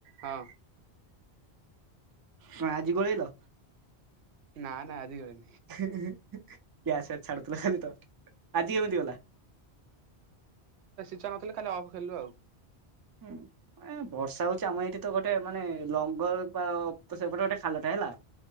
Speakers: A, on the right; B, on the right.
A: ହଁ।
B: ହଁ ଆଜି ଗଳେଇଲ?
A: ନା ନା ଆଜିି ଗଳିନି।
B: ହେ ହେ ହେ କ୍ୟାସେ ଛାଡ ତାଲେ ଖାଲି ତଟ ଆଜି କେମିତି ଗଲା?
A: ଚା ନଥିଲେ ଖାଲି ଅଫ୍ ଖେଳିଲୁ ଆଉ।
B: ହୁଁ। ଏ ବର୍ଷା ହୋଉଚି ଆମ ଏଇଠି ତ ଗୋଟେ ମାନେ ଲଙ୍ଗଳପାଳ ତ ସେପଟେ ଗୋଟେ ଖାଲ ଥାଏ ହେଲା